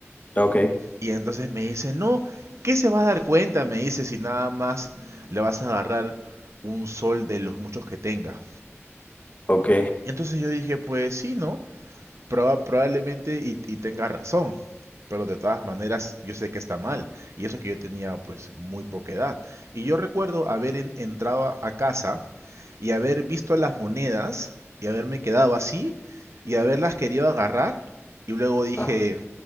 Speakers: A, on the left (about 35°); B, on the right (about 80°).
A: Ok,
B: Y entonces me dice, no, ¿qué se va a dar cuenta? Me dice, si nada más le vas a agarrar un sol de los muchos que tenga.
A: ok.
B: Y entonces yo dije, pues sí, ¿no? Proba- probablemente y, y tenga razón. Pero de todas maneras, yo sé que está mal. Y eso que yo tenía pues muy poca edad. Y yo recuerdo haber en- entrado a, a casa y haber visto las monedas y haberme quedado así y haberlas querido agarrar. Y luego dije,
A: Ah,